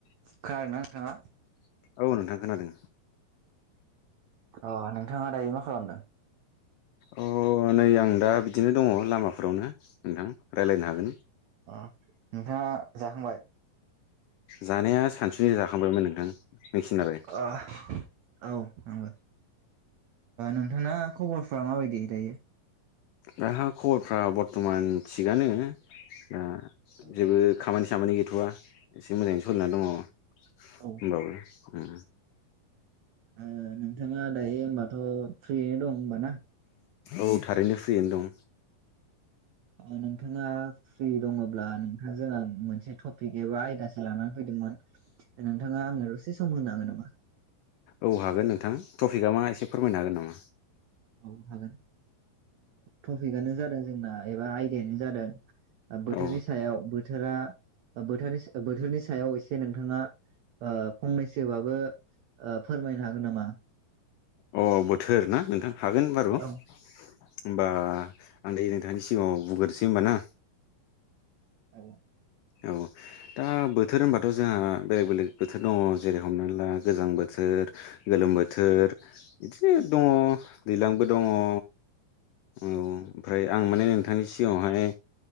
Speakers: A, on the left (about 90°); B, on the right (about 85°).
A: <inaudible>
B: खोनादोंना नोंथाङा
A: औ नोंथां खोनादों।
B: अ नोंथाङा दायो मा खालामदों?
A: अ नै आं दा बिदिनो दङ लामाफोरावनो नोंथां रायज्लायनो हागोन।
B: अ नोंथाङा जाखांबाय?
A: जानाया सानसु जाखांबायमोन नोंथां। नोंसिनालाय
B: औ आंगौ नोंथाङा खबर फ्रा माबायदियै दायो?
A: दा खबरफ्रा बरथमान थिगानो। दा
B: औ
A: जेबो खामानि सामानि गैथ'वा एसे मोजाङैनो सोलिनानै दङ। होमबाबो
B: ओ
A: उम।
B: ओ नोंथाङा दायो होनोमबाथ' फ्रियैनो दं होनबा ना?
A: औ थारैनो फ्रियैनो दं।
B: नोंथाङा फ्रि दङब्ला नोंथां जों आं मोनसे टपिक एबा आयदासो लानानै फैदोंमोन नोंथाङा आंनो दसे सम होनो हागोन नामा?
A: औ हागोन नोंथां टफिकआ मा एसे फोरमायनो हागोन नामा?
B: औ हागोन टपिकआनो जादों जोंना एबा आयदायानो जादों बोथोरनि
A: औ
B: सायाव बोथोरनि सायाव एसे नोंथाङा फंनैसोबाबो फोरमायनो हागोन नामा?
A: अ बोथोर ना नोंथां हागोन बारु। होमबा
B: औ
A: आं दायो नोंथांनि सिगाङाव बुंग्रोसै होमबा ना।
B: औ।
A: औ। दा बोथोर होनबाथ' जोंहा बेलेग बेलेग बोथोर दङ जेरै हमनानै ला गोजां बोथोर। गोलोम बोथोर बिदिनो दङ दैज्लांबो दङ। औ ओमफ्राय आं माने नोंथांनि सिगाङावहाय